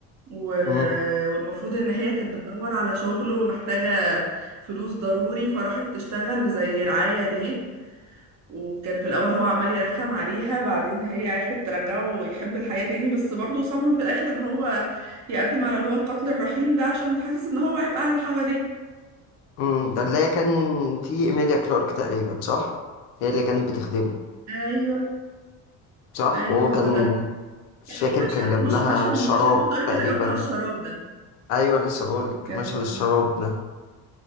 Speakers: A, on the right; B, on the left.
A: و...
B: مم.
A: والمفروض ان هي كانت بتدور على شغل ومحتاجه فلوس ضروري فراحت تشتغل زي رعايه ليه وكان في الأول هو عمال يرخم عليها بعدين هي عرفت ترجعه ويحب الحياة تاني بس برضه صمم في الآخر إن هو يقدم على اللي هو القتل الرحيم ده عشان حاسس إن هو عبء على اللي حواليه
B: مم. ده اللي هي كان في ايميليا كلارك تقريبا صح هي اللي كانت بتخدمه
A: أيوه
B: صح
A: أيوه
B: وهو
A: هو
B: كان
A: ده
B: مش
A: كان في
B: فاكر كان
A: مشهد
B: جاب لها
A: مش مشهد
B: شراب
A: منتشر منه قوي كده
B: تقريبا
A: اللي هو بتاع الشراب ده
B: ايوه لسه بقول لك
A: كان
B: مشهد الشراب ده